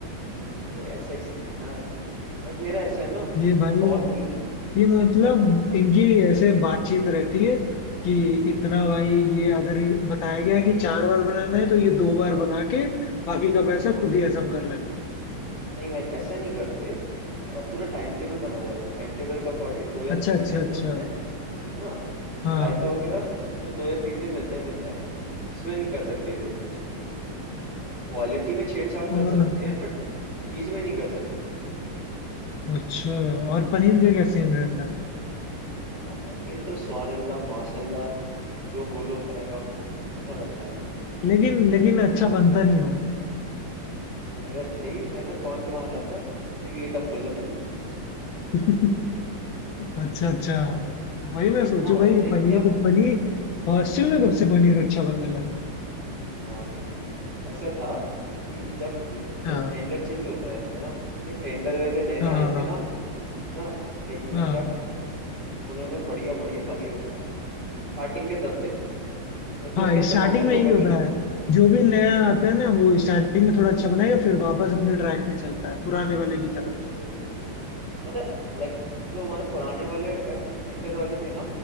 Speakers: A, on the right; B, on the left.
A: भाई ऐसा ही सीन है यार बट मेरा ऐसा है ना
B: ये भाई
A: जैसे और कॉलेजेस
B: ये मतलब
A: क्या
B: इनकी ऐसे बातचीत रहती है कि इतना भाई ये अगर बताया गया है कि चार बार बनाना है तो ये दो बार बना के
A: नहीं
B: बाकी का पैसा खुद ही हजम कर लेते
A: नहीं भाई ऐसा नहीं करते अ, पूरा टाइम टेबल बना हुआ है तो टाइम टेबल के अकॉर्डिंग दो या
B: हैं
A: तीन
B: अच्छा अच्छा
A: दिन
B: अच्छा
A: मिलता है है ना
B: हाँ
A: रायता वगैरह तो दो या तीन दिन मिलता ही मिलता है उसमें नहीं कर सकते ये लोग कुछ क्वालिटी में छेड़छाड़
B: और
A: कर सकते हैं बट चीज में नहीं कर सकते
B: अच्छा और पनीर का क्या सीन रहता है
A: अब पनीर तो सुभान अल्लाह माशाल्लाह जो बोलो उतना कम ऐसा मिलता है
B: लेकिन लेकिन
A: समझ
B: अच्छा बनता नहीं हो
A: अरे भाई मैं तो टॉन्ट मार रहा था अच्छे के लिए कब बोला मैंने
B: <laughs> अच्छा अच्छा
A: अ,
B: वही
A: मतलब
B: मैं
A: इतना
B: सोचू
A: होता
B: भाई
A: है कि
B: पनीर
A: आप
B: पनीर हॉस्टल में कब से पनीर अच्छा बनने लगा
A: हाँ ऐसा था कि जब ये
B: हाँ
A: टेंडर चेंज होता है है ना जो टेंडर वाले नए नए
B: हाँ
A: आए थे ना ना तो भाई उनने
B: हाँ
A: क्या खा तो उन्होंने बढ़िया बढ़िया पनीर बनाया था स्टार्टिंग के दस दिन फिर तो
B: हाँ
A: उसका तो
B: स्टार्टिंग
A: नॉर्मल
B: में
A: होगा
B: यही होता
A: बिल्कुल
B: है जो भी नया आता है ना वो स्टार्टिंग में थोड़ा अच्छा बनाएगा फिर वापस
A: हाँ
B: अपने ट्रैक पे चलता है पुराने वाले की तरफ
A: बिल्कुल बिल्कुल बिल्कुल पता है लाइक जो हमारे पुराने वाले टेंडर वाले थे ना